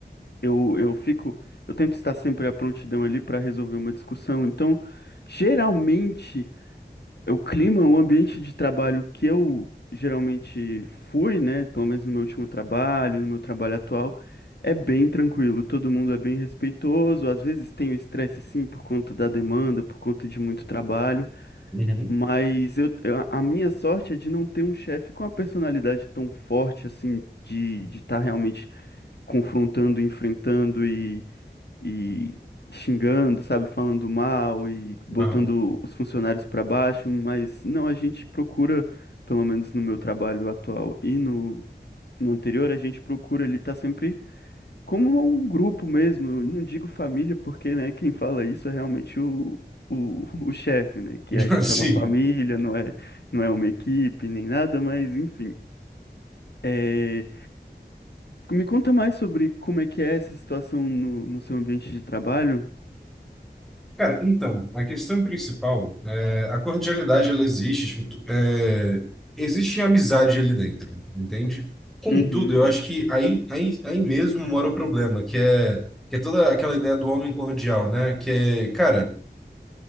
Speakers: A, on the left; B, in the centre.
A: eu eu fico, eu tento estar sempre à prontidão ali para resolver uma discussão. Então, geralmente É o clima, o ambiente de trabalho que eu geralmente fui, né, pelo menos no meu último trabalho, no meu trabalho atual, é bem tranquilo, todo mundo é bem respeitoso, às vezes tem o estresse sim por conta da demanda, por conta de muito trabalho,
B: Uhum.
A: mas eu, eu- a minha sorte é de não ter um chefe com uma personalidade tão forte assim, de estar realmente confrontando, enfrentando e xingando, sabe, falando mal e botando
B: Aham.
A: os funcionários para baixo, mas não, a gente procura, pelo menos no meu trabalho atual e no, no anterior, a gente procura ele estar sempre como um grupo mesmo. Eu não digo família, porque, né, quem fala isso é realmente o O, <laughs> o chefe, né? Que
B: <laughs>
A: a gente
B: Assim,
A: é uma família, não é, não é uma equipe nem nada, mas enfim. É, Me conta mais sobre como é que é essa situação no, no seu ambiente de trabalho.
B: Cara, então, a questão principal, é, a cordialidade, ela existe, tipo, tu- é, existe amizade ali dentro, entende? Contudo,
A: Uhum,
B: eu
A: tem.
B: acho que aí, aí, aí mesmo mora o problema, que é, que é toda aquela ideia do homem cordial, né? Que é, cara,